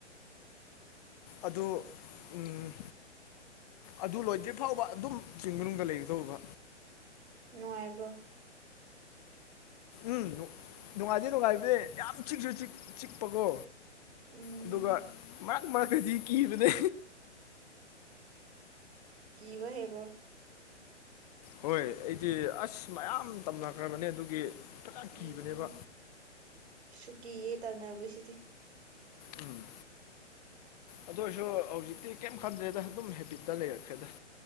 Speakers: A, on the left; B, on the right.
A: ꯑꯗꯨ ꯎꯝ ꯑꯗꯨ ꯂꯣꯏꯗ꯭ꯔꯤꯐꯥꯎꯕ ꯑꯗꯨꯝ ꯆꯤꯡ ꯃꯅꯨꯡꯗ ꯂꯩꯒꯗꯧꯕ
B: ꯅꯨꯡꯉꯥꯏꯕ꯭ꯔꯣ
A: ꯎꯝ ꯅꯨꯡꯉꯥꯏꯗꯤ ꯅꯨꯡꯉꯥꯏꯕꯅꯦ ꯌꯥꯝ ꯆꯤꯛꯁꯨ ꯆꯤꯛ ꯆꯤꯛꯄꯀꯣ
B: ꯎꯝ
A: ꯑꯗꯨꯒ ꯃꯔꯛ ꯃꯔꯛꯇꯗꯤ ꯀꯤꯕꯅꯦ
B: ꯀꯤꯕ ꯍꯩꯕ꯭ꯔꯣ
A: ꯍꯣꯏ ꯑꯩꯗꯤ ꯑꯁ ꯃꯌꯥꯝ ꯇꯝꯅꯈ꯭ꯔꯕꯅꯦ ꯑꯗꯨꯒꯤ ꯐꯖ
B: ꯎꯝ
A: ꯀꯤꯕꯅꯦꯕ
B: ꯁꯨꯀꯤꯌꯦ ꯇꯧꯅꯕꯁꯤꯗꯤ
A: ꯎꯝ ꯑꯗꯨ ꯑꯣꯏꯔꯁꯨ ꯍꯧꯖꯤꯛꯇꯤ ꯀꯩꯝ ꯈꯟꯗ꯭ꯔꯦꯗ ꯑꯗꯨꯝ ꯍꯦꯕꯤꯠꯇ ꯂꯩꯔꯛꯈ꯭ꯔꯦꯗ